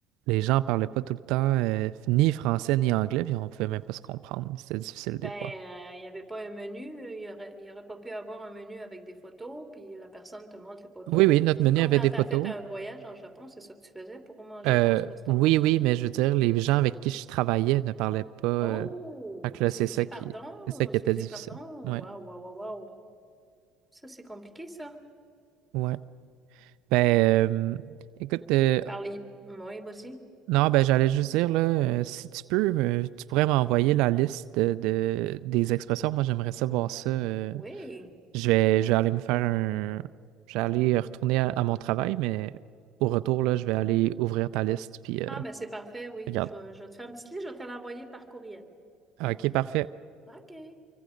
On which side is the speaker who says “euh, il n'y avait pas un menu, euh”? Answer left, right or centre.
Centre